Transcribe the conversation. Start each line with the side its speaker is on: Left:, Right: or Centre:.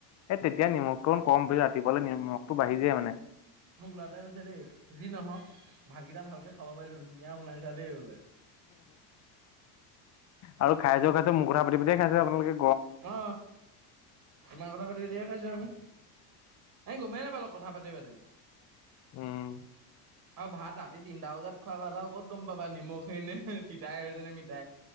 Left: এ তেতিয়া নিমখটো কম ৰাতিপুৱালে নিমখটো বাঢ়ি যায় মানে।
Right: মোক ল'ৰা এটা কৈছে দেই যি নহওক ভাতকেইটা ভালকে খাব পাৰিলো। ধুনীয়া বনাইছা দেই বোলে।
Left: আৰু খাইছেও খাইছে মুখৰা পাতি পাতি খাইছে আপোনোকে
Right: অ তোমাৰ কথা পাতি দিয়ে খাইছো আমি এ গমেই নাপালো। কথা পাতি পাতি
Left: উম
Right: আৰু ভাত ৰাতি তিনি টা বজাত খোৱা ভাত ক'ত গম পাবা নিমখেনে তিতা হৈছেনে মি